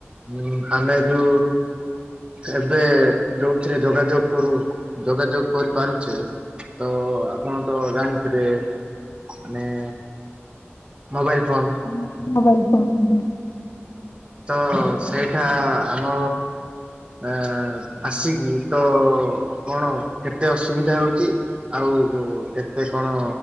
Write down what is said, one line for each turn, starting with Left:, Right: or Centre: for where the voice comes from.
Right: ମୁଁ ଆମେ ଯୁ ଏବେ ଯୋଉଥିରେ ଯୋଗାଯୋଗ କରୁ, ଯୋଗାଯୋଗ କରିପାରୁଛେ ତ ଆପଣ ତ ଜାଣିଥିବେ, ମାନେ ମୋବାଇଲ୍ ଫୋନ୍।
Left: ହଁ ମୋବାଇଲ୍ ଫୋନ୍ <inaudible>
Right: ତ ସେଇଠା ଆମ ଆ, ଆସିକି ତ କଣ କେତେ ଅସୁବିଧା ହଉଚି? ଆଉ ଉ, କେତେ କଣ